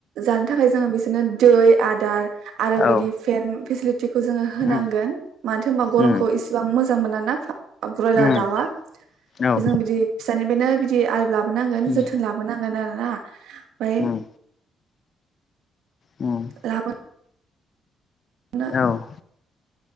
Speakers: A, on the right; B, on the left.
A: जानो थाखाय जोङो बिसोरनो दै आदार आरो
B: औ
A: बिदि फेन फेसिलि थि खौ जोंङो होनांगोन।
B: उम
A: मानोथो होम्बा गरमखौ
B: उम
A: एसेबां मो जां मोना ना <unintelligible> ब्रयलार
B: उम
A: दावा।
B: औ
A: जों बिदि फिसानिफ्रायनो बिदि आलबो लाबोनांगोन
B: उम
A: जोथोन लाबोनांगोन आरोना। ओमफ्राय
B: उम उम
A: लाबो नो।
B: औ